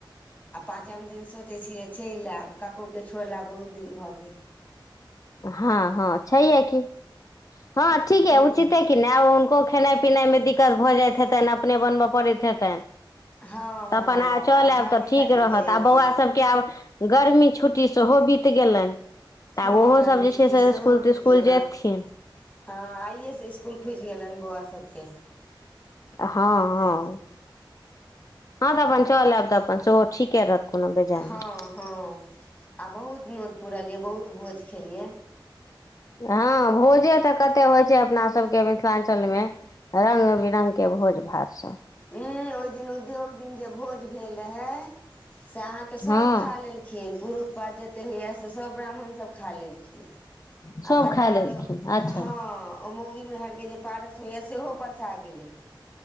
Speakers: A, on the left (about 20°); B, on the left (about 45°).
A: आ पाँचम दिन सोचे छियै चलि आयब कको के छोड़ला बहुत दिन भऽ गेल
B: हँ हँ छैहे की हँ ठीक यय
A: ताहि
B: उचिते
A: दुआरे
B: कि कि नहि हुनको खेनाइ पिनाइ मे दिक्कत भऽ जाइत हेतनि अपने बनबऽ पड़ैत हेतनि
A: हँ
B: तऽ
A: हँ
B: अपन आ
A: हँ
B: चल
A: अठारहे
B: आयब तऽ ठीक
A: तारीख
B: रहत
A: के एलियै
B: आ बौआ सभके आब गरमी छुट्टी सेहो बीत गेलनि तऽ
A: हँ
B: आब ओहोसभ
A: गर्मी
B: जे
A: छुट्टी
B: छै से
A: सेहो
B: इस्कुल
A: बीत
B: तिस्कुल
A: गेलन
B: जयथिन
A: हँ आइे से इसकुल खुजि गेलनि बौआ सबके
B: हँ हँ
A: तै दुआरे
B: हँ तऽ अपन चल आयब तऽ अपन सेहो ठीके रहत कोनो बेजाय
A: हँ
B: नहि
A: हँ आ बहुत नोत पुरलियै बहुत भोज खेलियै
B: हँ भोजे तऽ कतेक होइ छै अपना सभके मिथिलाञ्चलमे रंग बिरङ्गके भोज भात सब
A: ह ओहि दिन उद्योग दिन जे भोज भेल रहे से अहा के सब
B: हँ
A: खाली लेलखिन पुरुख पात जतेक होइया से सभ ब्राह्मण सभ खा लेलखिन
B: सभ
A: आ तकर
B: खाय लेलखिन
A: बाद हँ
B: अच्छा
A: ओ मौगीमेहरके जे पारस होइएा सेहो परसा गेलै